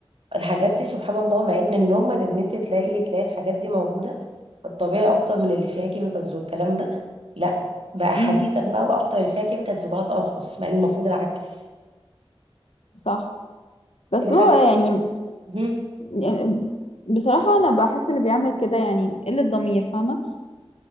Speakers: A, on the right (about 70°); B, on the left (about 85°).
A: الحاجات دي سبحان الله مع ان النورمال ان انت تلاقي إيه، تلاقي الحاجات دي موجوده في الطبيعي اكتر من اللي فيها كيميكالز والكلام ده لا بقى حديثا
B: امم
A: بقى الاكتر اللي فيها كيميكالز بقى ارخص مع ان المفروض العكس
B: صح بس
A: الحاجات
B: هو يعني
A: <laughs> مم.
B: يعني بصراحة أنا بحس اللي بيعمل كده يعني قلة ضمير فاهمة